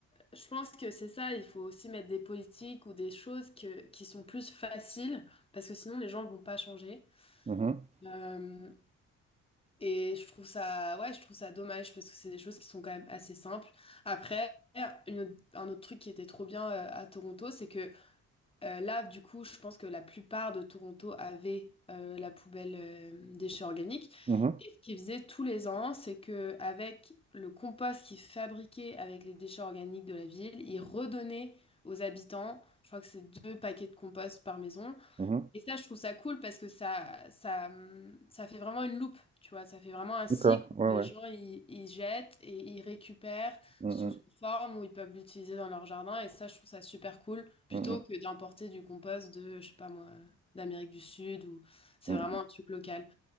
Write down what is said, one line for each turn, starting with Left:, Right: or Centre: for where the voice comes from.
Left: je pense que c'est ça, il faut aussi mettre des politiques ou des choses que, qui sont plus faciles, parce que sinon les gens vont pas changer.
Right: mhm,
Left: Euh, et je trouve ça, ouais, je trouve ça dommage, parce que c'est des choses qui sont quand même assez simples. Après, une autre- un autre truc qui était trop bien euh, à Toronto, c'est que euh, là, du coup, je pense que la plupart de Toronto avait euh, la poubelle euh, déchets organiques.
Right: mhm,
Left: Et ce qu'ils faisaient tous les ans, c'est que avec le compost qu'ils fabriquaient avec les déchets organiques de la ville, ils redonnaient aux habitants, je crois que c'est deux paquets de compost par maison,
Right: mhm.
Left: et ça, je trouve ça cool parce que ça, ça, hum, ça fait vraiment une loupe, tu vois. Ça fait vraiment un cycle
Right: D'accord,
Left: où
Right: ouais,
Left: les
Right: ouais.
Left: gens, ils, ils jettent et ils récupèrent
Right: Mhm,
Left: sous une forme où ils peuvent l'utiliser dans leur jardin. Et ça, je trouve ça super cool plutôt
Right: mhm,
Left: que d'importer du compost de, je sais pas moi, d'Amérique du Sud ou c'est
Right: mhm,
Left: vraiment un truc local.